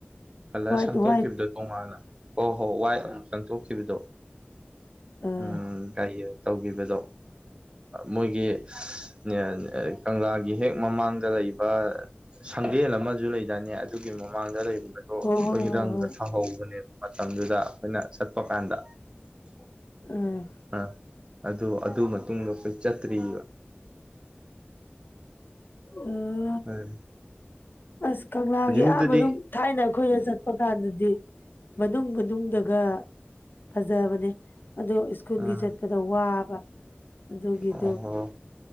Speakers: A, on the right; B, on the left.
A: ꯀꯂꯔ
B: ꯋꯥꯏꯠ
A: ꯁꯪꯇꯣꯛꯈꯤꯕꯗ
B: ꯋꯥꯏꯠ
A: ꯇꯣꯉꯥꯟꯅ ꯍꯣ ꯍꯣ ꯋꯥꯏ ꯑꯃꯨꯛ ꯆꯪꯊꯣꯛꯈꯤꯕꯗꯣ
B: ꯑꯥ
A: ꯎꯝ ꯀꯔꯤ ꯇꯧꯒꯤꯕꯗꯣ ꯃꯣꯏꯒꯤ <unintelligible> ꯀꯪꯂꯥꯒꯤ ꯍꯦꯛ ꯃꯃꯥꯡꯗ ꯂꯩꯕ ꯁꯪꯗꯦꯜ ꯑꯃꯁꯨ ꯂꯩꯗꯥꯅꯦ ꯑꯗꯨꯒꯤ ꯃꯃꯥꯡꯗ ꯂꯩꯕꯗꯣ
B: ꯍꯣꯏ
A: ꯑꯩꯈꯣꯏ
B: ꯍꯣꯏ
A: ꯔꯪꯒ
B: ꯍꯣꯏ ꯍꯣꯏ
A: ꯊꯥꯍꯧꯕꯅꯦꯕ ꯃꯇꯝꯗꯨꯗ ꯑꯩꯈꯣꯏꯅ ꯆꯠꯄ ꯀꯥꯟꯗ <inaudible>
B: ꯎꯝ
A: ꯑꯥ ꯑꯗꯨ ꯑꯗꯨ ꯃꯇꯨꯡꯗ ꯑꯩꯈꯣꯏ ꯆꯠꯇ꯭ꯔꯤꯕ
B: ꯎꯝ
A: <unintelligible>
B: ꯑꯁ ꯀꯪꯂꯥꯒꯤ
A: ꯖꯨꯗꯗꯤ
B: ꯑꯥꯃꯅꯨꯡ ꯊꯥꯏꯅ ꯑꯩꯈꯣꯏꯅ ꯆꯠꯄ ꯀꯥꯟꯗꯗꯤ ꯃꯅꯨꯡ ꯃꯅꯨꯡꯗꯒ ꯐꯖꯕꯅꯦ ꯑꯗꯨ ꯁ꯭ꯀꯨꯜꯒꯤ
A: ꯑꯥ
B: ꯆꯠꯄꯗ ꯋꯥꯕ ꯑꯗꯨꯒꯤꯗꯨ
A: ꯑꯣꯍꯣ